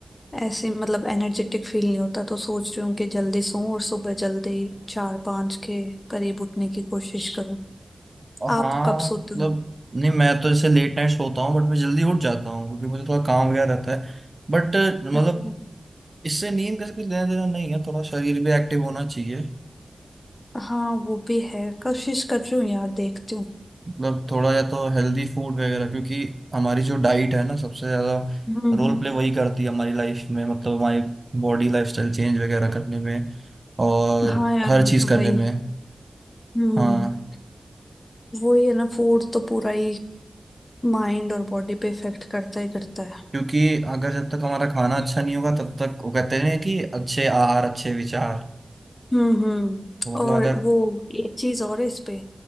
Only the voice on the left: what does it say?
ऐसे मतलब एनर्जेटिक फील नहीं होता तो सोच रही हूँ कि जल्दी सोऊं और सुबह जल्दी चार पाँच के करीब उठने की कोशिश करूँ
आप कब सोते
हो
अच्छा
हाँ वो भी है कोशिश कर रही हूँ यार देखती हूँ
हम्म
हाँ यार
वो
तो
है ही
हम्म
वही है ना फूड तो पूरा ही माइंड और बॉडी पे इफेक्ट करता ही करता है
हम्म हम्म
और
वो एक चीज और है इस पे